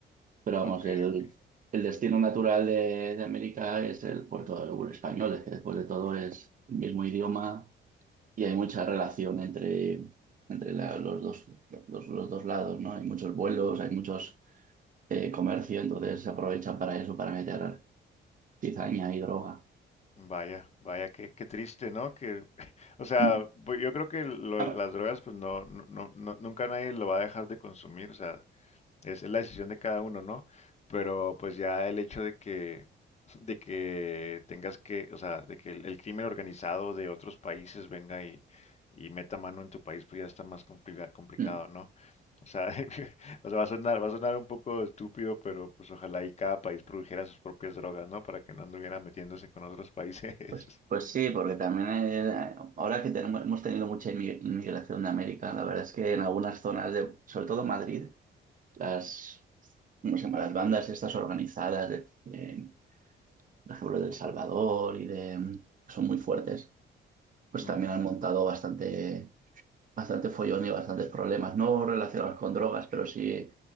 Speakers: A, on the right (about 40°); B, on the left (about 35°).
A: pero vamos,
B: ok,
A: el,
B: ok.
A: el destino natural de, de América es el puerto del español, es que después de todo es el mismo idioma, y hay mucha relación entre, entre la- los dos, los, los dos lados, ¿no? Hay muchos vuelos, hay muchos eh, comercio, entonces se aprovechan para eso, para meter cizaña y droga.
B: Vaya, vaya, qué, qué triste, ¿no? Que, <laughs> o sea,
A: Mm.
B: pues, yo creo que lo-
A: Ah,
B: las drogas, pues no, no, no, no- nunca nadie lo va a dejar de consumir, o sea, Es, es la decisión de cada uno, ¿no? Pero pues ya el hecho de que, <laughs> de que tengas que, o sea, de que el, el crimen organizado de otros países venga y, y meta mano en tu país, pues ya está más complica- complicado,
A: mm.
B: ¿no? O sea, <laughs> o sea, va a sonar, va a sonar un poco estúpido, pero pues ojalá y cada país produjera sus propias drogas, ¿no? Para que no anduviera metiéndose con otros países.
A: Pues, pues sí, porque también eh, ahora que tenemos, hemos tenido mucha inmi- inmigración de América, la verdad es que en algunas zonas de, sobre todo Madrid, las, ¿cómo se llama? Las bandas estas organizadas de, de, por ejemplo, de El Salvador y de, que son muy fuertes, pues
B: <laughs>
A: también
B: Ujú.
A: han montado bastante bastante follón y bastantes problemas, no relacionados con drogas, pero sí